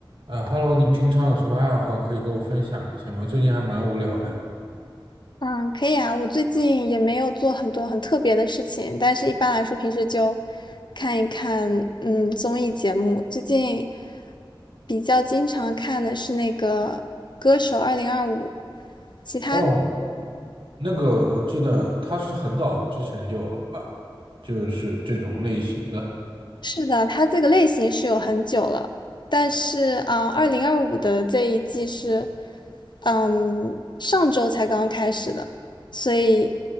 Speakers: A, on the right (about 70°); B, on the left (about 60°).
A: 呃，Hello，你平常有什么爱好可以跟我分享一下吗？最近还蛮无聊的。
B: 嗯，可以啊。我最近也没有做很多很特别的事情，但是一般来说，平时就看一看嗯综艺节目。最近比较经常看的是那个《歌手二零二五》，其他的
A: 哦，那个我记得他是很早之前就有了吧，就是这种类型的。
B: 是的，它这个类型是有很久了，但是啊二零二五的这一季是嗯上周才刚刚开始的，所以